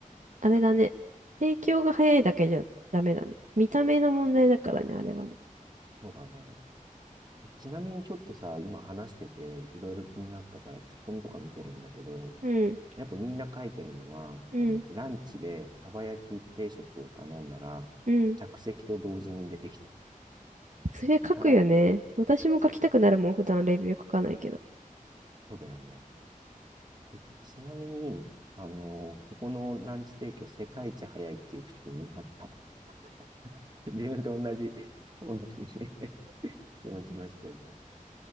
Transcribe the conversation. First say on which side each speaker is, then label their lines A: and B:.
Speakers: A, on the right (about 60°); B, on the right (about 30°).
A: あれだね。提供が早いだけじゃダメだね。見た目の問題だからね、あれはね。
B: そうだね。ちなみにちょっとさ、今話してて、いろいろ気になったから、口コミとか見てるんだけど、
A: うん、
B: やっぱみんな書いてるのは、
A: うん、
B: あの、ランチでサバ焼き定食を頼んだら、
A: うん。
B: 着席と同時に出てきた。
A: それ書くよね。
B: 皿、
A: 私も書きたくなるもん、
B: そう、
A: 普段レビュー書かないけど。
B: そうだよね。でちなみに、あの、ここのランチ提供世界一早いっていう口コミもあった。<laughs> 自分と同じ、同じ <laughs> 気持ちの人いた。